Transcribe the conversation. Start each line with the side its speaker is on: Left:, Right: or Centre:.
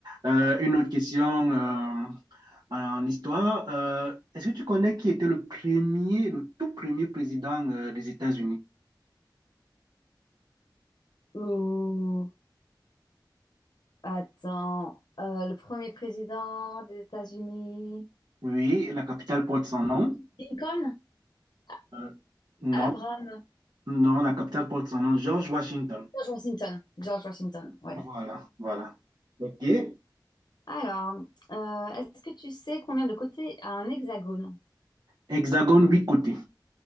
Right: euh, une autre question euh, en histoire. Euh, est-ce que tu connais qui était le premier, le tout premier président euh, des États-Unis?
Left: Ouh, attends, euh, le premier président des États-Unis...
Right: Oui, la capitale porte son nom.
Left: Lincoln? Ah,
Right: Euh, non,
Left: Abraham...
Right: non, la capitale porte son nom, George Washington.
Left: George Washington. George Washington, oui.
Right: Voilà, voilà. OK.
Left: Alors, euh, est-ce que tu sais combien de côtés a un hexagone?
Right: Hexagone, huit côtés.